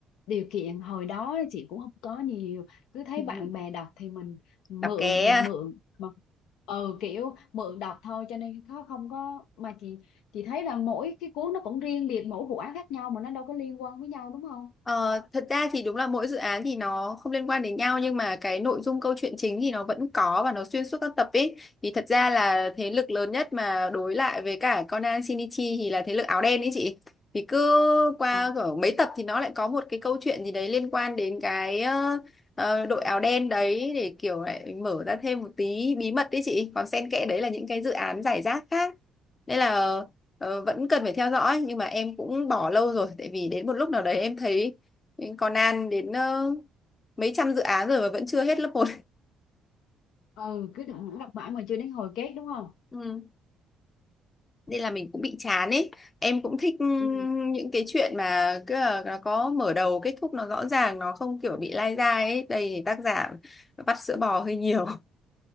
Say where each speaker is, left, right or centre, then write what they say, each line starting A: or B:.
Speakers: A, on the left (about 70°); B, on the left (about 30°).
A: điều kiện hồi đó chị cũng không có nhiều cứ thấy
B: <laughs>
A: bạn bè đọc thì mình mượn
B: đọc cái
A: mình mượn mà ừ kiểu mượn đọc thôi cho nên nó không có mà chị chị thấy là mỗi cái cuốn nó cũng riêng biệt mỗi vụ án khác nhau mà nó đâu có liên quan với nhau đúng không
B: Ờ, thật ra thì đúng là mỗi dự án thì nó không liên quan đến nhau nhưng mà cái nội dung câu chuyện chính thì nó vẫn có và nó xuyên suốt các tập ấy. Thì thật ra là thế lực lớn nhất mà đối lại với cả Conan Shinichi thì là thế lực áo đen ấy chị. Thì cứ qua
A: ừ
B: kiểu mấy tập thì nó lại có một cái câu chuyện gì đấy liên quan đến cái ờ, ờ, đội áo đen đấy để kiểu lại mở ra thêm một tí bí mật đấy chị. Còn xen kẽ đấy là những cái dự án giải rác khác. Nên là Ờ, vẫn cần phải theo dõi nhưng mà em cũng bỏ lâu rồi tại vì đến một lúc nào đấy em thấy mình còn An đến ờ, mấy trăm dự án rồi mà vẫn chưa hết lớp một
A: ừ cứ đọc, đọc mãi mà chưa đến hồi kết đúng không
B: <laughs> ừ. nên là mình cũng bị chán ấy em cũng thích ừm,
A: ừ.
B: những cái chuyện mà cứ là nó có mở đầu kết thúc nó rõ ràng nó không kiểu bị lai dai ấy đây thì tác giả vắt sữa bò hơi nhiều <laughs>